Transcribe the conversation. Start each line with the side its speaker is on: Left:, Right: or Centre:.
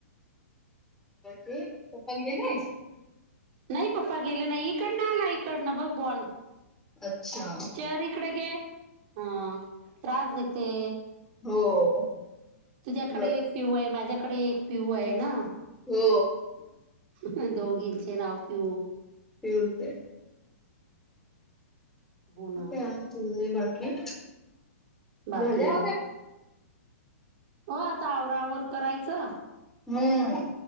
Centre: ची ओपनलले आहेस.
Right: नाही पप्पा गेले नाही इकडनं आला इकडनं बघ बॉल.
Centre: अच्छा!
Right: चेअर इकडे घे हा त्रास देते.
Centre: हो...
Right: तुझ्याकडे
Centre: बर
Right: एक पिऊ आहे माझ्याकडे एक पिऊ आहे ना.
Centre: हो
Right: हा दोघीचें नाव पिऊ.
Centre: ते होतय
Right: हो ना
Centre: काय चालय बाकी
Right: बाकी
Centre: झाल्या
Right: हा आता आवराआवर करायचं.
Centre: हम्म.